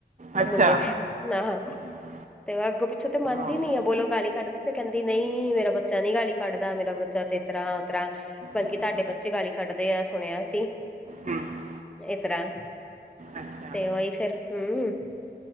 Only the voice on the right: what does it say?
ਅੱਛਾ
<unintelligible>
ਹਾਂ
ਹਮ,
ਹਮ।
ਅੱਛਾ ਹਮ,